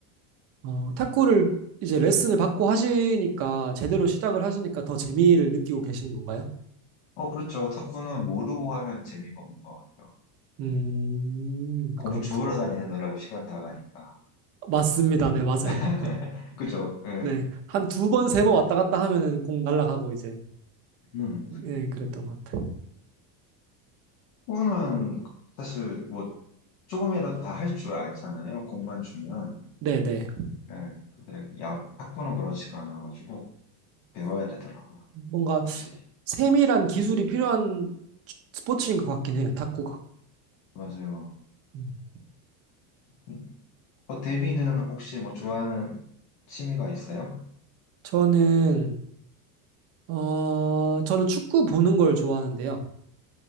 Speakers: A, on the right; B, on the left.
A: 어, 탁구를 이제 레슨을 받고 하시니까, 제대로 시작을 하시니까 더 재미를 느끼고 계시는 건가요?
B: 어, 그렇죠. 탁구는 모르고 하면 재미가 없는 것 같아요.
A: 음,
B: 음, 공
A: 그렇구나.
B: 주우러 다니느라고 시간 다 가니까.
A: 맞습니다. 네, 맞아요.
B: <laughs>
A: <laughs>
B: 그죠? 예.
A: 네. 한 두 번, 세 번 왔다 갔다 하면은 공 날아가고 이제,
B: 음.
A: 예, 그랬던 것 같아요.
B: 축구는 사실 뭐 조금이라도 다 할 줄 알잖아요. 공만 주면.
A: 네네.
B: 예. 근데 야, 탁구는 그렇지가 않아가지고 배워야 되더라고요.
A: 뭔가
B: 확실히.
A: 세밀한 기술이 필요한 스포츠인 것 같긴 해요, 탁구가.
B: 맞아요.
A: 음.
B: 음, 어, 데이비드는 혹시 뭐 좋아하는 취미가 있어요?
A: 저는, 어, 저는 축구 보는 걸 좋아하는데요.